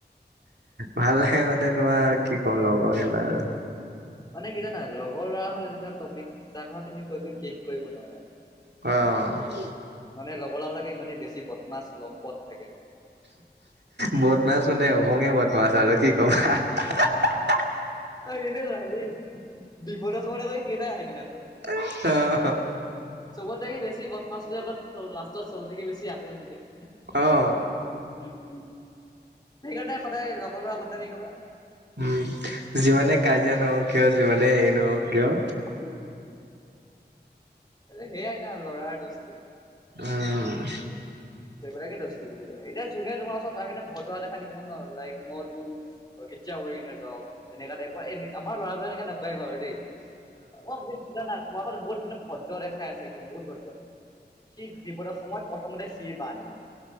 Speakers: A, on the right; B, on the left.
A: ভাল লাগে মানে তোমাৰ, কি কম। লগৰ কেইটা আৰু।
B: মানে কি জানা। লগৰ ল'ৰা হ'ল এনেকুৱা টপিক যাৰ কথা তুমি কৈ -কৈ শেষ কৰিব নোৱাৰা।
A: অহ
B: মানে লগৰ লৰাবোৰ ইমানে বেছি বদমাচ, লম্পট থাকে।
A: বদ মাছ মনে অভঙে বদমাছ। আৰু কি ক'বা। <unintelligible>
B: ঐ ভিনদেউ কি সি বিপদৰ সময়ত আকৌ সেইকেইটাই আহে কিন্তু আগত
A: এইটো হ
B: চনত থাকি বেছি বদমাছটোৱে আকৌ লাষ্টত চবত থাকি বেছি আপোন হৈ যায়
A: অহ
B: হুম সেইকাৰণে সদায় লগৰ লৰা বদনামি গাবা
A: উম যিমানে কাজিয়া নহওঁক কিয় যিমানে হেৰি নহওঁক কিয়
B: হুম হেহু সেয়াই না লৰাৰ দুষ্ট
A: উম
B: সেইবিলাকে দস্টি বুলি কয় এতিয়া যোনে তোমাৰ ওচৰত আহি ন ভদোৱা দেখুৱাই থাকিব ন লাইক মই তোৰ অহ কেতিয়াও ঘূৰি নায়াওঁ এনেকা টাইপৰ এই ল'ৰা নকয় বাৰু দেই অহ তুমি বুজা না তোমাৰ ফালে মানে ভদ্ৰ দেখাই আছে একদম বহুত ভদ্ৰ সি বিপদৰ সময়ত প্ৰথমতে সি বান